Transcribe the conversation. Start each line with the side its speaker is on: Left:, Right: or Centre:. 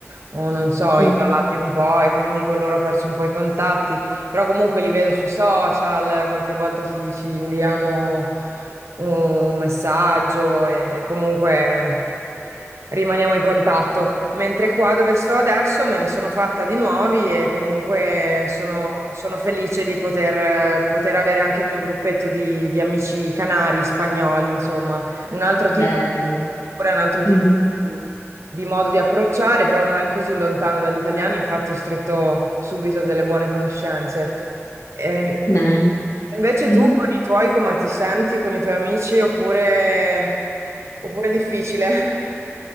Right: o non so,
Left: sì,
Right: isolati un po' e quindi con loro ho perso un po' i contatti, però comunque li vedo sui social, qualche volta ci, ci inviamo un messaggio e comunque rimaniamo in contatto. Mentre qua dove sto adesso me ne sono fatta di nuovi e comunque sono, sono felice di poter, poter avere anche il mio gruppetto di, di amici canari, spagnoli, insomma, un altro
Left: Bello.
Right: tipo di cultura, un altro
Left: Mhm.
Right: tipo di, di modo di approcciare, però non così lontano dall'italiano, infatti ho stretto subito delle buone conoscenze. Ehm,
Left: bello.
Right: Invece
Left: Mhm.
Right: tu con i tuoi come ti senti, con i tuoi amici, oppure, oppure è difficile? <laughs>